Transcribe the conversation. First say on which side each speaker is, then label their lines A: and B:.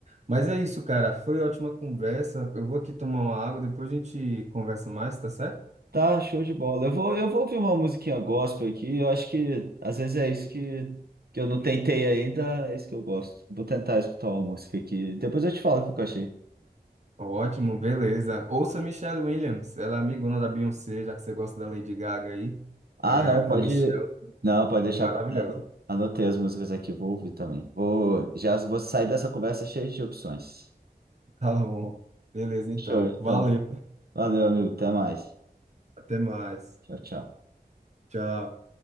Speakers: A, on the right (about 45°); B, on the right (about 70°).
A: Mas é isso, cara. Foi ótima conversa. Eu vou aqui tomar uma água, depois a gente conversa mais, tá certo?
B: Tá, show de bola. Eu vou, eu vou ouvir uma musiquinha gospel aqui. Eu acho que às vezes é isso que, que eu não tentei ainda, é isso que eu gosto. Vou tentar escutar uma música aqui. Depois eu te falo o que eu achei.
A: Ótimo, beleza. Ouça Michelle Williams, ela é amigona da Beyoncé, já que você gosta da Lady Gaga aí.
B: Ah,
A: É,
B: não, pode.
A: a Michelle
B: Não, pode deixar
A: é maravilhosa.
B: com ela.
A: <laughs>
B: Anotei as músicas aqui, vou ouvir também. Vou, já vou sair dessa conversa cheia de opções.
A: Tá bom. Beleza, então.
B: Show, então.
A: Valeu.
B: Valeu, amigo. Até mais.
A: Até mais.
B: Tchau, tchau.
A: Tchau.